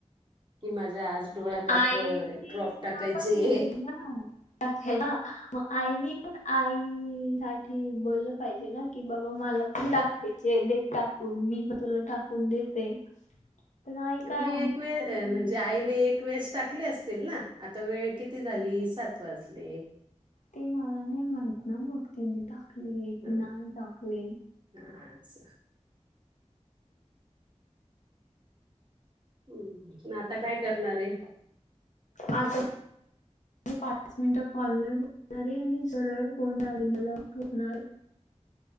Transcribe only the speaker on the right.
कि माझ्या आज डोळ्यात ऑफ
ड्रॉप टाकायचे
हे.
मी
एक वेळ
म्हणजे आईने एक वेळेस टाक टाकले असतील ना, आता वेळ किती झाली सात वाजले.
ह
असं, हम्म म आता काय करणार आहे.